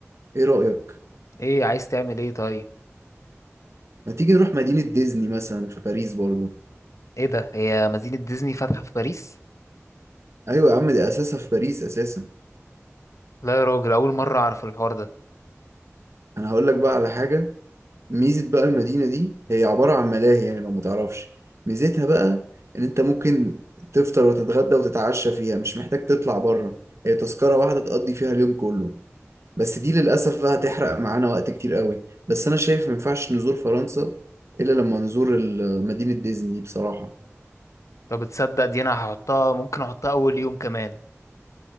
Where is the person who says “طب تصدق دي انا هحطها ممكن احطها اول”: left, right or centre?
Left